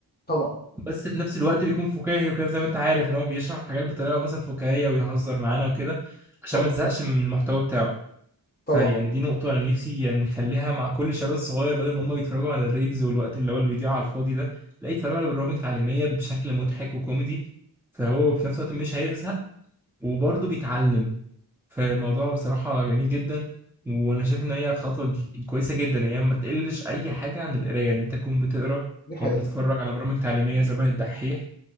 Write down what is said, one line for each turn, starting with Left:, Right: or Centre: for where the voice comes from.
Left: طبعا
Centre: بس في نفس الوقت بيكون فكاهي وكده زي ما انت عارف ان هو بيشرح الحاجات بطريقه مثلا فكاهيه ويهزر معانا وكده عشان
Left: طبعا
Centre: ما تزهقش من المحتوى بتاعه
Left: طبعا
Centre: فيعني دي نقطه انا نفسي يعني نخليها مع كل شباب صغير بدل ما هم بيتفرجوا على الريلز والوقت اللي هو الفيديو على الفاضي ده لا يتفرجوا على برامج تعليميه بشكل مضحك وكوميدي فهو في نفس الوقت مش هيزهق وبرضه بيتعلم فالموضوع بصراحة جميل جدا وأنا شايف إن هي خطوة ج- كويسة جدا يعني هي ما تقلش أي حاجة عن القراية إن أنت تكون بتقرا
Left: دي حقيقة
Centre: وبتتفرج على برامج تعليمية شبه الدحيح